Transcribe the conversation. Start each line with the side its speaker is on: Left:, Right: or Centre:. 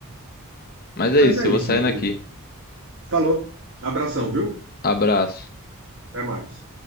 Left: Mas
Right: Mas
Left: é isso,
Right: é isso,
Left: eu vou saindo
Right: meu querido.
Left: aqui.
Right: Falou. Abração, viu?
Left: Abraço.
Right: Até mais.